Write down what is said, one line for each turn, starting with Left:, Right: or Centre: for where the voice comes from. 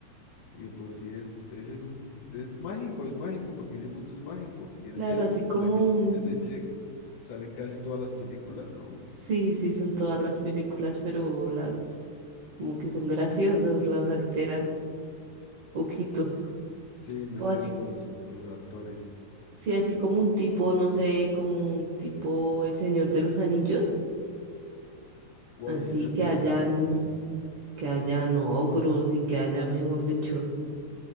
Left: y de por sí es, debe ser un, es mágico, es mágico, porque ese mundo es mágico. Y en
Right: Claro,
Left: ese,
Right: así como
Left: en la que tú
Right: un...
Left: dices de Check, salen casi todas las películas, ¿no?
Right: Sí, sí, son todas las películas, pero las como que son graciosas, las alteran poquito.
Left: Sí, meten
Right: O así,
Left: los, los actores.
Right: sí, así como un tipo, no sé, como un tipo El Señor de los Anillos,
Left: Uy,
Right: así
Left: esa es
Right: que
Left: buena
Right: hayan,
Left: también.
Right: que hayan ogros y que haya, mejor dicho.